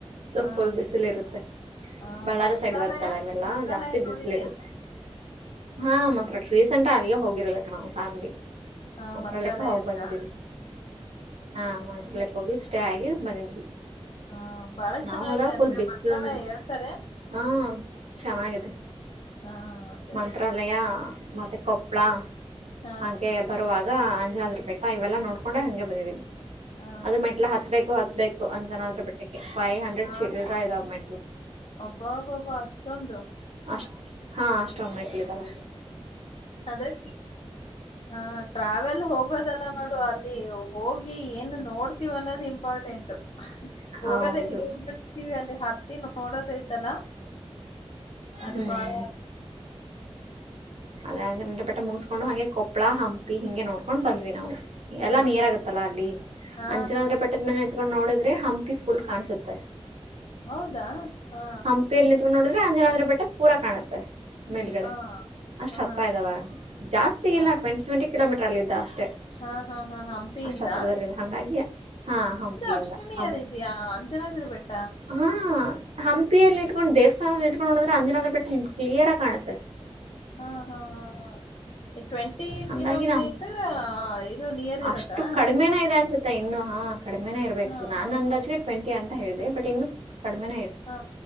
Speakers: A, on the right; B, on the left.
A: ಸೊಪ್ಪುಲ್
B: ಹಾ
A: ಬಿಸಿಲು ಇರುತ್ತೆ
B: ಹಾ
A: ಬಳ್ಳಾರಿ
B: ಮಂತ್ರಾಲಯ
A: ಸೈಡ್ ಬರುತ್ತಳ ಇವೆಲ್ಲ
B: ಮಂತ್ರಾಲಯ
A: ಜಾಸ್ತಿ ಬಿಸಿಲಿ
B: ನೋಡಿದೀಯಾ?
A: ಇರುತ್ತೆ ಹಾ ಮತ್ರ ರೀಸೆಂಟ್ ಅಲ್ಲಿಯ ಹೋಗಿರಬೇಕಕ್ ನಾವ್ ಫ್ಯಾಮಿಲಿ
B: ಹಾ
A: ಒಂತ್ರರ
B: ಮಂತ್ರಾಲಯ
A: ಲೆಕ್ಕ ಹೋಗಿ
B: ಹತ್ರ
A: ಬಂದಿದ್ದೀವಿ ಹಾ ಮಂತ್ರಾಲಯಕ್ಕೆ ಹೋಗಿ ಸಷ್ಟೇ ಆಗಿ ಬಂದಿದ್ವಿ
B: ಹಾ ಬಾಳ
A: ನಾವ್
B: ಚೆನ್ನಾಗಿದೆ
A: ಹೋದಾಗ ಫುಲ್
B: ಅಂತೆ
A: ಬಿಸಿಲು
B: ಮಂತ್ರ ಎಲ್ಲ
A: ಅಂದ
B: ಹೇಳ್ತಾರೆ
A: ಹಾ ಚೆನ್ನಾಗಿದೆ
B: ಹಾ ಅದೇ
A: ಮಂತ್ರಾಲಯ ಮತ್ತೆ ಕೊಪ್ಪಳ
B: ಹಾ
A: ಹಾಗೆ ಬರುವಾಗ ಅಂಜನಾದ್ರ ಪೆಟ್ಟ ಇವೆಲ್ಲಾ ನೋಡ್ಕೊಂಡ ಹಂಗೆ ಬಂದಿದೀವಿ
B: ಹಾ
A: ಅದು ಮೆಂಟ್ಲ ಹತ್ಬೇಕು ಬೇಕು ಅಂದ್ ಜನ ಅದ್ರ ಬಿಟ್ಟಕ್ಕೆ ಫೈವ್ ಹಂಡ್ರೆಡ್
B: ಹಾ
A: ಚೀರರ ಇದಾವ ಮೆಟ್ಲು
B: ಅಬ್ಬಾಬಾಬಾ ಅಷ್ಟೊಂದು
A: ಅಷ್ಟ ಹಾ ಅಷ್ಟೊಂದ ಮೆಟ್ಲಿದಾವೆ
B: ಅಂದ್ರೆ ಹ ಟ್ರಾವೆಲ್ ಹೋಗೋದಲ್ಲ ನೋಡು ಅಲ್ಲಿ ಹೋಗಿ ಏನ್ ನೋಡ್ತಿವ ಅನ್ನೋದು ಇಂಪಾರ್ಟೆಂಟ್ ಹೋಗೋದೇನೆ
A: ಹೌದು
B: ಹೋಗ್ಬಿಡ್ತೀವಿ ಅಲ್ಲಿ ಹತ್ತಿ ನೋಡೋದಐ್ತಲ್ಲ ಅದು
A: ಹ್ಮ್
B: ಬಾಳ
A: ಅದೇ ಜನ್ರ ಬೆಟ್ಟೆ ಮುಗಿಸಸ್ಕೊಂಡು ಹಂಗೆ ಕೊಪ್ಪಳ ಹಂಪಿ ಹಿಂಗೆ ನೋಡ್ಕೊಂಡ್ ಬಂದ್ವಿ ನಾವು ಎಲ್ಲಾ
B: ಹಾ
A: ನೀರ ಆಗತ್ತಲ್ಲಾ ಅಲ್ಲಿ
B: ಹಾ
A: ಅಂಚನ ಆದ್ರೆ ಬೆಟ್ಟದ್ಮೇಲೆ ನೋಡಿದ್ರೆ ಹಂಪಿ ಫುಲ್ ಕಾಣಸುತ್ತೆ
B: ಹೌದಾ ಹಾ
A: ಹಂಪಿಯರ್ ನಿತ್ಕೊಂಡು ನೋಡಿದ್ರೆ ಅಂಜನಾದ್ರ ಬೆಟ್ಟ ಪೂರಾ ಕಾಣತ್ತೆ ಮೇಲ್ಗಡೆ
B: ಹಾ
A: ಅಷ್ಟ್
B: ಹಾ
A: ಹತ್ತತ್ರ ಇದಾವ ಜಾಸ್ತಿ
B: ಹಾ
A: ಇಲ್ಲ ಟ್ವೆಂಟಿ ಟ್ವೆಂಟಿ ಕಿಲೋಮೀಟರ್ ಅಲ್ಲ ಇದ್ದ ಅಷ್ಟೇ
B: ಹಾ ಹಾ ಹಾ ಹಂಪಿಯಿಂದ
A: ಅಷ್ಟ ಹತ್ರರದಲ್ಲಿ ಹಂಗಾಗಿಿಯ ಹಾ ಹಂಪಿಯಿಂದ
B: ಅಷ್ಟು ನಿಯರ್
A: ಹ
B: ಇದೆಯಾ ಅಂಜನಾದ್ರಿ ಬೆಟ್ಟ
A: ಹಾ ಹಂಪಿಯಲ್ಲಿ ನಿಂಕೊಂಡು ದೇವಸ್ಥಾನದಲ್ಲಿ ಇಂಕೊಂಡುೋಿದ್ರ ಅಂಜನನಾ್ರ ಬೆಟ್ಟ ಹಮ ಕ್ಲಿಯರ್ಾಗಿ ಕಾಣುತ್ತೆ
B: ಹಾ ಹಾ ಹಾ ಹಾ ಟ್ವೆಂಟಿ
A: ಹಂಗಾಗಿ
B: ಕಿಲೋಮೀಟರ್
A: ನಾವು
B: ಇದು ನಿಯರ್ ಇರದಾ
A: ಅಷ್ಟು ಕಡಿಮೆನೇ ಇದೆ ಅನ್ಸುತ್ತೆ ಇನ್ನು ಹಾ ಕಡಿಮೆನೇ ಇರ್ಬೇಕು
B: ಹಾ
A: ನಾನ್
B: ಹಾ
A: ಅಂದಾಜೆ
B: ಹಾ
A: ಟ್ವೆಂಟಿ ಅಂತ ಹೇಳಿದೆ ಬಟ್ ಇನ್ನು ಕಡಿಮೆ
B: ಹಾ